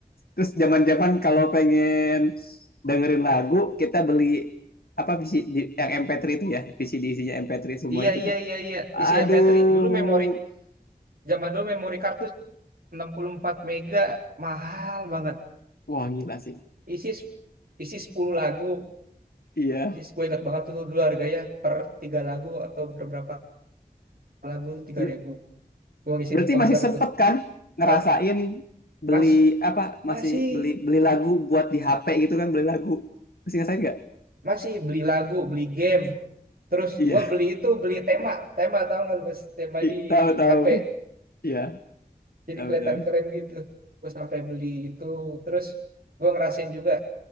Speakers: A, on the left; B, on the right.
A: Terus zaman-zaman kalau pengen dengerin lagu, kita beli apa visi di, yang MP3 itu ya, VCD isinya MP3 semua
B: Iya
A: itu
B: iya
A: kan.
B: iya iya
A: Aduh,
B: isi MP3. Dulu memori zaman dulu memori kartu 64 mega mahal banget.
A: wah gila sih.
B: Isi s- isi 10 lagu.
A: Iya.
B: Isi, gue ingat banget tuh dulu harganya per tiga lagu atau per berapa lagu tuh tiga
A: Ber-
B: ribu. gue ngisi
A: berarti
B: di counter
A: masih sempet
B: tuh
A: kan ngerasain
B: Kak,
A: beli
B: mas
A: apa masih
B: masih
A: beli beli lagu buat di HP gitu kan beli lagu. Masih ngerasain nggak?
B: masih beli lagu beli game terus
A: Iya.
B: gue beli itu beli tema tema tau gak lu, mas tema
A: I-
B: di
A: Tahu tahu.
B: HP
A: Iya,
B: jadi
A: tahu
B: kelihatan
A: tahu.
B: keren gitu gue sampai beli itu terus gue ngerasain juga